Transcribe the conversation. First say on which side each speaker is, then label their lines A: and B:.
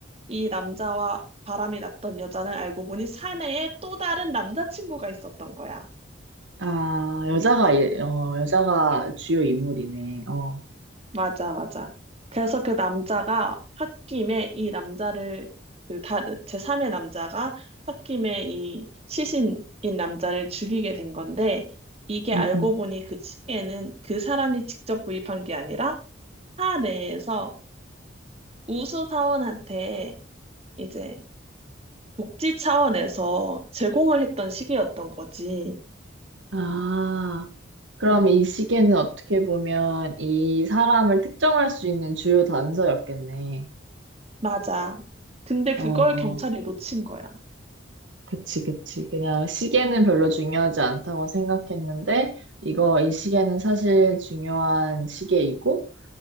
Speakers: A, on the right (about 30°); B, on the right (about 75°).
A: 이 남자와 바람이 났던 여자는 알고 보니 사내에 또 다른 남자친구가 있었던 거야.
B: 아, 여자가, 이- 어, 여자가 주요 인물이네. 어,
A: 맞아, 맞아. 그래서 그 남자가 홧김에 이 남자를, 그 다른, 제3의 남자가 홧김에 이 시신인 남자를 죽이게 된 건데, 이게
B: 응응
A: 알고 보니 그 시계는 그 사람이 직접 구입한 게 아니라 사내에서 우수사원한테 이제 복지 차원에서 제공을 했던 시기였던 거지.
B: 아. 그럼 이 시계는 어떻게 보면 이 사람을 특정할 수 있는 주요 단서였겠네.
A: 맞아. 근데 그걸
B: 어,
A: 경찰이 놓친 거야.
B: 그치, 그치. 그냥 시계는 별로 중요하지 않다고 생각했는데, 이거, 이 시계는 사실 중요한 시계이고,